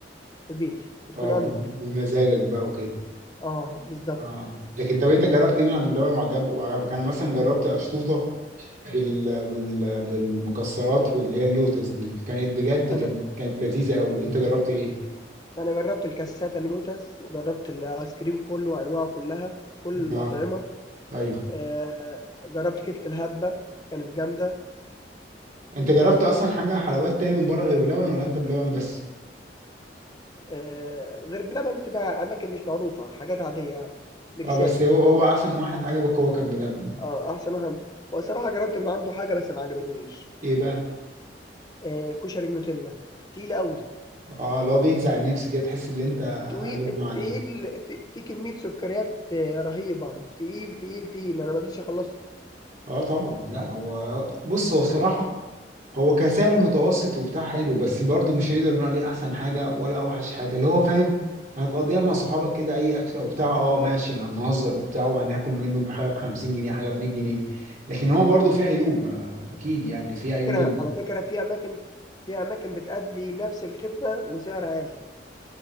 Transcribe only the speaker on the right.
اه
ب- بمزاجك بقى وكده
اه لكن طب انت جربت ايه من عند بلبن وعجب وعجبك انا مثلا جربت اشطوطه بال... بال... بالمكسرات واللي هي اللوتس دي كانت بجد
كانت كانت لذيذه قوي انت جربت ايه
اه ايوه
انت جربت اصلا حاجه حلويات تاني من بره غير بلبن ولا انت بلبن بس
اه بس هو
هو احسن واحد عجبك هو كان بلبن ده
ايه بقى
اه اللي هو بيجزع النفس كده تحس ان انت
هيغمى عليه
اه طبعا لا هو بص هو صراحه هو كسعر متوسط وبتاع حلو بس برضه مش هيقدر نقول عليه احسن حاجه ولا اوحش حاجه اللي هو فاهم هتقضيها مع صحابك كده اي اكله وبتاع اه ماشي هنهزر وبتاع وهناكل منه بحاجه ب 50 جنيه حاجه ب 100 جنيه لكن هو برضه فيه عيوب آه، اكيد يعني فيه عيوب